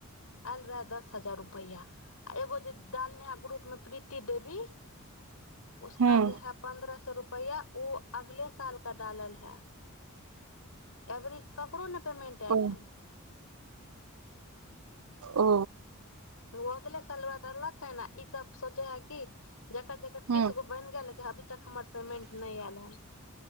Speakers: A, on the left; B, on the right.
A: एल रह दस हजार रुपैआ आ एगो जे डाल नेहा ग्रुप मे प्रीति देवी उसका
B: हूँ
A: जे है पन्द्रह सए रुपआ रुपैा ओ अगले साल का डालल है अबर ई ककरो ने पेमन्ट आएल
B: ओ
A: हन
B: ओ
A: ओ अगले सलवार देललक है ने ईसभ सोचे है कि जकर जेकर
B: हूँ
A: तीस गो बनि गेलेकिन अभी तक हमर पेमेंट नहि आयल हन